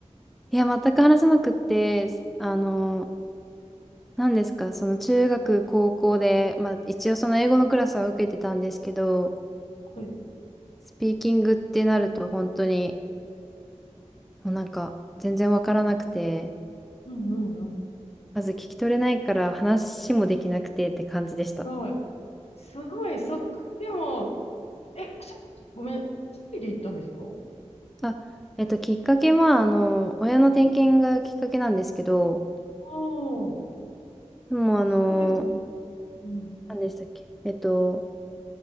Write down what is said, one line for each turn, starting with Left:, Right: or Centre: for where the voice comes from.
Centre: いや、全く話せなくって、あの、何ですか、その中学、高校で、まあ一応その英語のクラスは受けてたんですけど、
Left: はい。
Centre: スピーキングってなると本当にもうなんか全然わからなくて、
Left: うんうんうん。
Centre: まず聞き取れないから話もできなくてって感じでした。
Left: はい。すごい、そっか。でも、え、ごめん。一人で行ったんですか
Centre: あ、えっと、きっかけは、あの、親の転勤がきっかけなんですけど、
Left: ああ。
Centre: でも、あの、
Left: そこでも、うん。
Centre: 何でしたっけ、えっと、